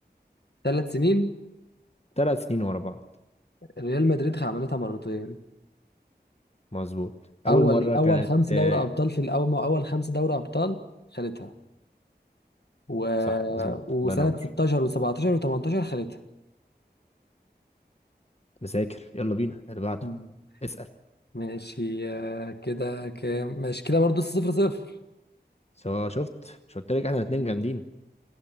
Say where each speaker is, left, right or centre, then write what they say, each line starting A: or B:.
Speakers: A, on the left (about 70°); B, on the left (about 35°).
A: ثلاث سنين
B: ثلاث سنين ورا بعض
A: ريال مدريد عملتها مرتين
B: مظبوط
A: اول
B: أول مرة
A: اول
B: كانت
A: خمس
B: آه
A: دوري ابطال في الاول اول خمس دوري ابطال خدتها و...
B: صح مظبوط
A: وسنه
B: الله ينور
A: 16 و17 و18 خدتها
B: مذاكر يلا بينا اللي بعده
A: مم.
B: اسأل
A: ماشي آه، كده كام ماشي كده برضه صفر صفر
B: سواء شفت مش قلت لك احنا الاتنين
A: مم.
B: جامدين